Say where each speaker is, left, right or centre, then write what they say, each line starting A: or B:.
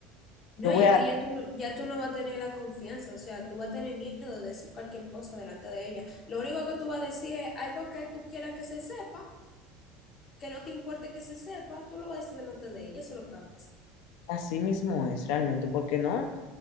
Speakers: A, on the left; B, on the left.
A: No,
B: yo voy
A: y es
B: a,
A: que ya tú, ya tú no vas a tener la confianza, o sea, tú vas a tener miedo de decir cualquier cosa delante de ella. Lo único que tú vas a decir es algo que tú quieras que se sepa, que no te importe que se sepa, tú lo vas a decir delante de ella, eso es lo que va a pasar.
B: así mismo es realmente, porque no,